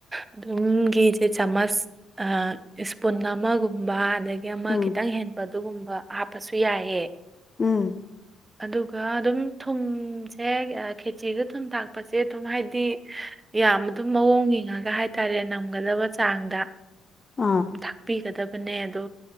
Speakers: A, on the right (about 20°); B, on the left (about 30°).
A: ꯑꯗꯨꯝ ꯘꯤꯁꯦ ꯆꯥꯃꯁ ꯏꯁꯄꯨꯟ ꯑꯃꯒꯨꯝꯕ ꯑꯗ ꯒꯤ ꯑꯃ
B: ꯎꯝ
A: ꯈꯤꯇꯪ ꯍꯦꯟꯕ ꯑꯗꯨꯒꯨꯝꯕ ꯍꯥꯞꯄꯁꯨ ꯌꯥꯏꯌꯦ
B: ꯎꯝ
A: ꯑꯗꯨ ꯒ ꯑꯗꯨꯝ ꯊꯨꯝꯁꯦ ꯈꯦꯆꯤꯗ ꯊꯨꯝ ꯊꯥꯛꯄꯁꯦ ꯑꯗꯨꯝ ꯍꯥꯏꯗꯤ ꯌꯥꯝ ꯑꯗꯨꯝ ꯃꯑꯣꯡ ꯌꯦꯡꯉꯒ ꯍꯥꯏꯇꯥꯔꯦ ꯅꯝꯒꯗꯕ ꯆꯥꯡꯗ
B: ꯑꯥ
A: ꯊꯥꯛꯄꯤꯒꯗꯕꯅꯦ ꯑꯗꯣ